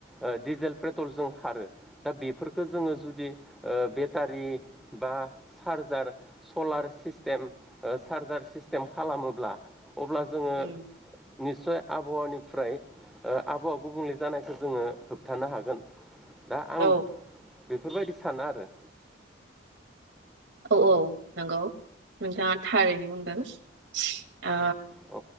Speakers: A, in the centre; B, on the right.
A: ओ डिजेल पेट्रलजों खारो दा बेफोरखौ जोङो जुदि ओ बेटारि बा चार्जार सलार सिस्टेम ओ चार्जार सिस्टेम खालामोब्ला अब्ला जोङो
B: उम
A: निस्सय आबहावानिफ्राय ओ आबहावा गुबुंले जानायखौ जोङो होबथानो हागोन दा आं
B: औ
A: बेफोरबायदि साना आरो
B: औ औ नंगौ नोंथाङा थारैनो बुंदों । आ
A: औ